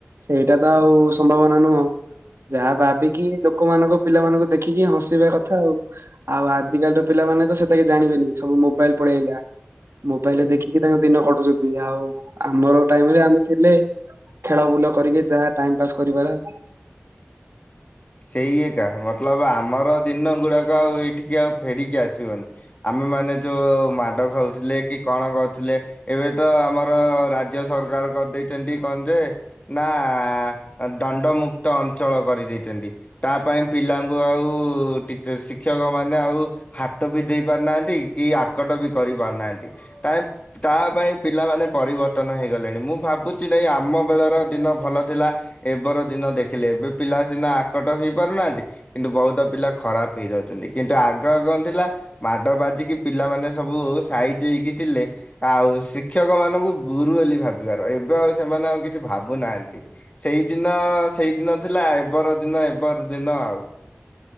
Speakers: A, on the right; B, on the left.
A: ସେଇଟା ତ ଆଉ ସମ୍ଭାବନା ନୁହଁ। ଯାହା ଭାବିକି ଲୋକମାନଙ୍କ ପିଲାମାନଙ୍କୁ ଦେଖିକି ହଁସେଇବା କଥା ଆଉ। ଆଉ ଆଜିକାଲିର ପିଲାମାନେ ତ ସେତକି ଜାଣିବେନି, ସବୁ ମୋବାଇଲ ପଳେଇ ଆଇଲା। ମୋବାଇଲରେ ଦେଖିକି ତାଙ୍କ ଦିନ କଟୁଛନ୍ତି। ଆଉ ଆମର ଟାଇମରେ ଆମେ ଥିଲେ ଖେଳ ବୁଲ କରିକି ଯାହା ଟାଇମ ପାସ୍ କରିବାର ଆଉ।
B: ସେଇ ଏକା, ମତଲବ ଆମର ଦିନ ଗୁଡାକ ଆଉ ଏଇଠିକି ଆଉ ଫେରିକି ଆସିବନି। ଆମେମାନେ ଯୋଉ ମାଡ ଖାଉଥିଲେ କି, କଣ କରୁଥିଲେ ଏବେ ତ ଆମର ରାଜ୍ୟ ସରକାର କରିଦେଇଛନ୍ତି କଣ ଯେ ନା ଆ ଦଣ୍ଡମୁକ୍ତ ଅଞ୍ଚଳ କରିଦେଇ ଛନ୍ତି। ତା ପାଇଁ ପିଲାଙ୍କୁ ଆଉ ଟିଚ ଶିକ୍ଷକମାନେ ଆଉ ହାତ ବି ଦେଇ ପାରୁନାହାଁନ୍ତି, କି ଆକଟ ବି କରି ପାରୁନାହାଁନ୍ତି। ଟାଇପ୍ ତା ପାଇଁ ପିଲାମାନେ ପରିବର୍ତ୍ତନ ହେଇଗଲେଣି। ମୁଁ ଭାବୁଚି ନାଇଁ ଆମ ବେଳର ଦିନ ଭଲ ଥିଲା, ଏବର ଦିନ ଦେଖିଲେ। ଏବେ ପିଲା ସିନା ଆକଟ ହେଇ ପାରୁନାହାଁନ୍ତି କିନ୍ତୁ ବହୁତ ପିଲା ଖରାପ ହେଇଯାଉଚନ୍ତି। କିନ୍ତୁ ଆଗ ଗ କଣ ଥିଲା ମାଡ ବାଜିକି ପିଲାମାନେ ସବୁ, ସାଇଜି ହେଇକି ଥିଲେ ଆଉ ଶିକ୍ଷକମାନଙ୍କୁ ଗୁରୁ ବୋଲି ଭାବିବାର, ଏବେ ଆଉ ସେମାନେ ଆଉ କିଛି ଭାବୁନାହାଁନ୍ତି। ସେଇଦିନ, ସେଇଦିନ ଥିଲା ଏ ଏବର ଦିନ ଏ <unintelligible> ଦିନ ଆଉ।